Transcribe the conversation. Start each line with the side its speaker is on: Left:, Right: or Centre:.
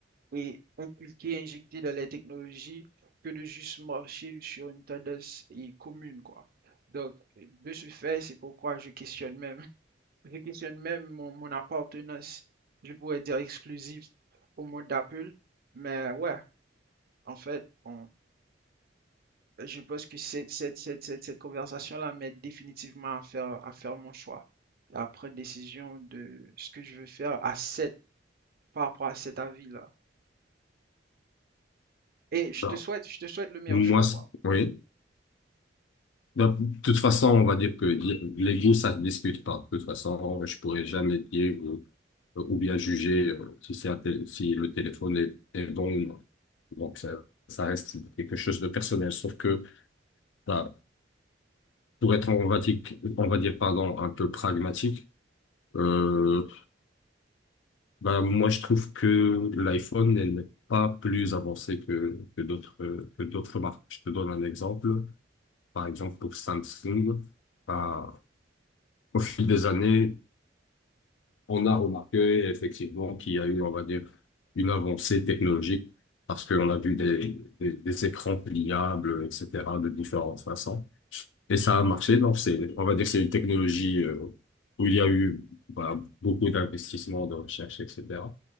Right: et inculquer, injecter dans les technologies que de juste marcher sur une tendance et commune, quoi. Donc, de ce fait, c'est pourquoi je questionne même je questionne même mon, mon appartenance, je pourrais dire exclusive au monde d'Apple. Mais ouais, en fait, on- je pense que cette, cette, cette, cette, cette conversation-là m'aide définitivement à faire, à faire mon choix, à prendre décision de ce que je veux faire à cette, par rapport à cet avis-là. Et je
Left: Alors,
Right: te souhaite, je te souhaite le meilleur
Left: Moi,
Right: choix,
Left: c'est-
Right: quoi.
Left: oui. Ben, de toute façon, on va dire que y- les goûts, ça ne se discute pas. De toute façon, je pourrais jamais dire ou, ou bien juger euh, si c'est un tél- si le téléphone est, est bon ou non. Donc, ça, ça reste quelque chose de personnel. Sauf que, voilà, Pour être, on va dire, on va dire, pardon, un peu pragmatique, euh, ben, moi, je trouve que l'iPhone, elle n'est pas plus avancée que, que d'autres, euh, que d'autres marques. Je te donne un exemple. Par exemple, pour Samsung, ben, au fil des années, on a remarqué effectivement qu'il y a eu, on va dire, une avancée technologique parce qu'on a vu des, des, des écrans pliables, etc., de différentes façons. Et ça a marché, donc c'est, on va dire que c'est une technologie euh, où il y a eu bah, beaucoup d'investissements, de recherche, etc.